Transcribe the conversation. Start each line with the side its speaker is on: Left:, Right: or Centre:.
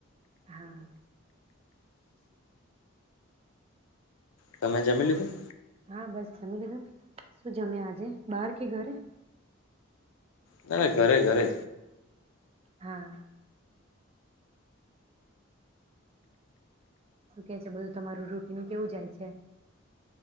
Right: હા
Left: તમે જમી લીધું?
Right: હા બસ જમી લીધું ને. શું જમ્યા આજે બાર કે ઘરે?
Left: ના ના ઘરે ઘરે.
Right: હા શું કે છે બધું તમારું રૂટીન કેવું જાય છે?